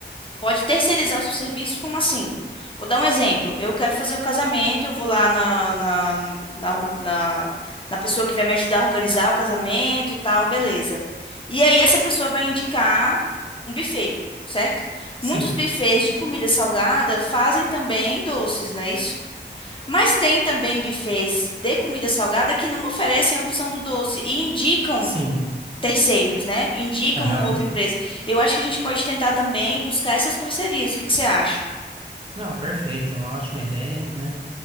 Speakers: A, on the left; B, on the right.
A: Pode terceirizar o seu serviço? Como assim? Vou dar um exemplo. Eu quero fazer o casamento, eu vou lá na, na, na, na, na pessoa que vai me ajudar a organizar o casamento e tal, beleza. E aí essa pessoa vai indicar um buffet, certo?
B: Sim,
A: Muitos buffets de comida salgada fazem também doces, não é isso? Mas tem também buffets de comida salgada que não oferecem a opção do doce e indicam
B: sim.
A: terceiros, né? Indica
B: Aham.
A: uma outra empresa. Eu acho que a gente pode tentar também buscar essas parcerias. O que que você acha?
B: Não, perfeito. é Uma ótima ideia, né?